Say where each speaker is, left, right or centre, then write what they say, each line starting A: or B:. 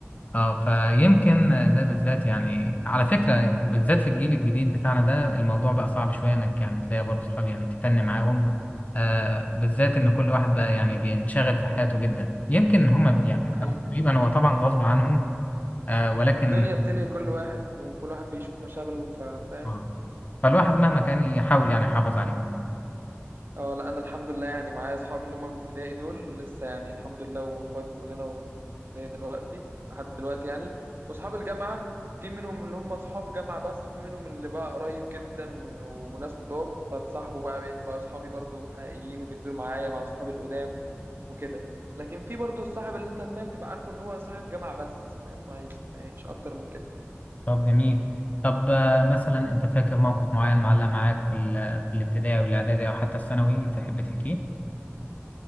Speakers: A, on the left (about 35°); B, on the right (about 55°).
A: اه فيمكن آه، ده بالذات يعني على فكرة بالذات في الجيل الجديد بتاعنا ده الموضوع بقى صعب شوية انك يعني تلاقي برضه صحاب يعني تتني معاهم آه بالذات ان كل واحد بقى يعني بينشغل في حياته جدا يمكن هما
B: أه
A: يعني
B: دي حقيقة
A: تقريبا هو طبعا غصب عنهم آه ولكن
B: الدنيا بتلهي كل واحد وكل واحد بيشوف مشاغله فاهم
A: آه، فالواحد مهما كان يحاول يعني يحافظ عليه
B: اه لا انا الحمد لله يعني معايا اصحابي اللي هم من ابتدائي دول لسه يعني الحمد لله واخوات كلنا زي دلوقتي لحد دلوقتي يعني واصحاب الجامعه في منهم اللي هم اصحاب جامعه بس وفي منهم اللي بقى قريب جدا وناس نضاف فاتصاحبوا بقى بقيت بقى اصحابي برضو حقيقيين وبينزلوا معايا مع اصحابي القدام وكده لكن في برضو الصاحب اللي انت فاهم تبقى عارفه ان هو صاحب جامعه بس فاهم ما ما- مش اكتر من كده
A: طب جميل طب آه، مثلا انت فاكر موقف معين معلق معاك في ال- في الابتدائي والاعدادي او حتى الثانوي تحب تحكيه